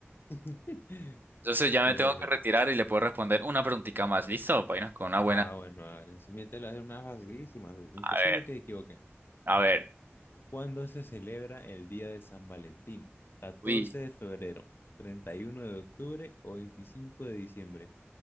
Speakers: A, on the left; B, on the right.
A: <laughs>
B: Entonces ya me
A: Mira,
B: tengo
A: decía,
B: que retirar y le puedo responder una preguntita más. ¿Listo? Para irnos con una buena.
A: ah, bueno, a ver, siguiente le voy a hacer una facilísima, imposible
B: A ver,
A: que te equivoquen.
B: a ver.
A: ¿Cuándo se celebra el Día de San Valentín? ¿14
B: Uy,
A: de febrero, 31 de octubre o 25 de diciembre?